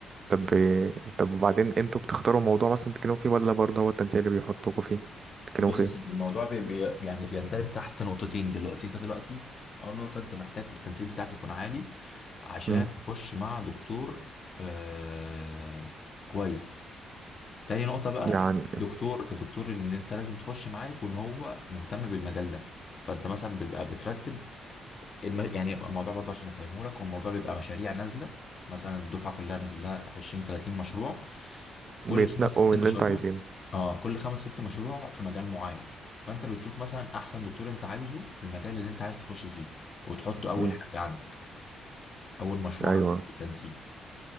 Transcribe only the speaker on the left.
بص
يا سيدي الموضوع بي بي يعني بيندرج تحت نقطتين دلوقتي انت دلوقتي اول نقطه انت محتاج التنسيق بتاعك يكون عالي عشان
تخش مع دكتور آه كويس تاني نقطه بقى
دكتور الدكتور اللي انت لازم تخش معاه يكون هو مهتم بالمجال ده فانت مثلا بتبقى بترتب الم... يعني الموضوع برضه عشان افهمه لك هو الموضوع بيبقى مشاريع نازله مثلا الدفعه كلها نازل لها 20 30 مشروع كل
خمس ست
مشروع
اه كل خمس ست مشروع في مجال معين فانت بتشوف مثلا احسن دكتور انت عايزه في المجال اللي انت عايز تخش فيه وتحطه اول
حاجه عندك اول مشروع
عندك في التنسيق